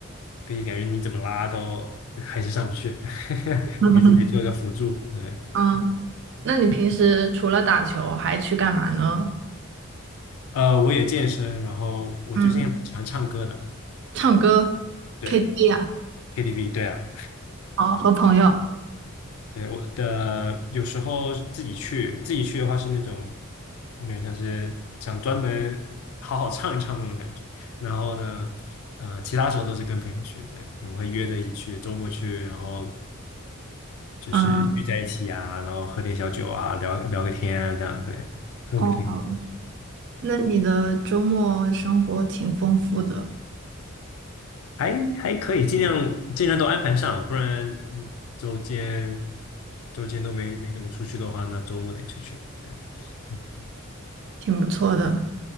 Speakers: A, on the left; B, on the right.
A: 毕竟感觉你怎么拉都还是上不去，<laughs>
B: <laughs>
A: 还是得做个辅助。对，
B: 嗯。那你平时除了打球还去干嘛呢？
A: 呃，我也健身，然后我最近也蛮喜欢唱歌的，
B: 嗯，唱歌、
A: 对
B: KTV 啊？
A: ，KTV，对啊，
B: 哦，和朋友。
A: 对我的有时候自己去，自己去的话是那种有点像是想专门好好唱一唱那种感觉。然后呢，呃，其他时候都是跟朋友去，对，我们会约着一起去，周末去，然后就是聚在一起啊，
B: 嗯，
A: 然后喝点小酒啊，聊聊个天啊，这样，对，氛围挺好。
B: 哦，那你的周末生活挺丰富的，
A: 还还可以，尽量尽量都安排上，不然嗯周间周间都没没怎么出去的话，那周末得出去。对，嗯
B: 挺不错的。